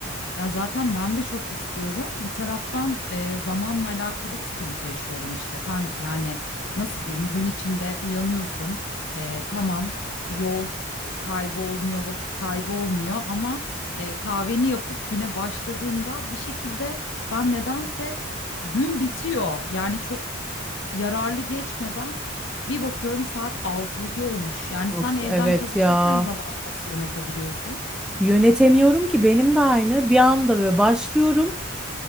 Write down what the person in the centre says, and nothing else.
Of
evet
ya.
Yönetemiyorum ki benim de aynı. Bir anda böyle başlıyorum.